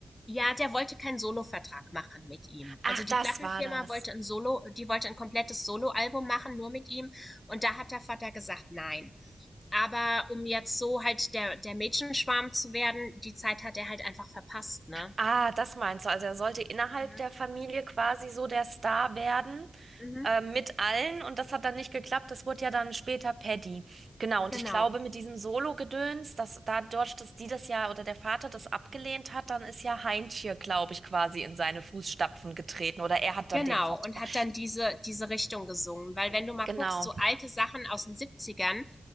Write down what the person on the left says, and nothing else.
ja, der wollte keinen Solo-Vertrag machen mit ihm.
Also die
Plattenfirma
wollte ein Solo, die wollte ein komplettes Solo-Album machen, nur mit ihm. Und da hat der Vater gesagt, nein. Aber um jetzt so halt der der Mädchenschwarm zu werden, die Zeit hat er halt einfach verpasst, ne?
Mhm.
Mhm.
Genau.
Genau.
Und hat dann diese diese Richtung gesungen. Weil wenn du mal
guckst, so alte Sachen aus den Siebzigern,